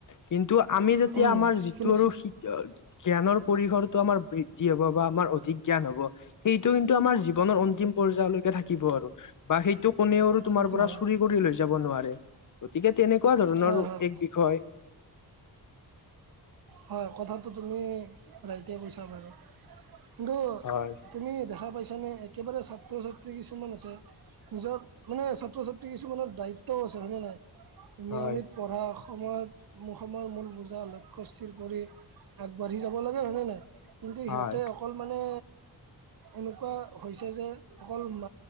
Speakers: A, on the left; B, on the right.
A: কিন্তু আমি যেতিয়া
B: উম
A: আমাৰ যিটো
B: কিন্তু
A: আৰু শিক্ষা জ্ঞানৰ পৰিসৰটো আমাৰ বৃদ্ধি হ'ব, বা আমাৰ অধিক জ্ঞান হ'ব। সেইটো কিন্তু আমাৰ জীৱনৰ অন্তিম পৰ্যায়লৈকে থাকিব আৰু বা সেইটো কোনেও
B: সেইটো
A: তোমাৰ পৰা
B: হয়
A: চুৰি কৰি লৈ যাব নোৱাৰে। গতিকে তেনেকুৱা ধৰণৰ
B: হয় হয়
A: এক বিষয়।
B: হয়, কথাটো তুমি ৰাইটে কৈছা বাৰু, কিন্তু
A: হয়
B: তুমি দেখা পাইছানে, একেবাৰে ছাত্ৰ, ছাত্ৰী কিছুমান আছে। নিজৰ মানে, ছাত্ৰ, ছাত্ৰী কিছুমানৰ দায়িত্বও আছে। হয়নে, নাই। নিয়মিত
A: হয়
B: পঢ়া, সময়ত মোৰ সময়ৰ মূল বুজা লক্ষ্যস্থ কৰি আগবাঢ়ি যাব লাগে, হয়নে, নাই। কিন্তু
A: হয়
B: সিহঁতে অকল মানে এনেকুৱা হৈছে যে, অকল ম,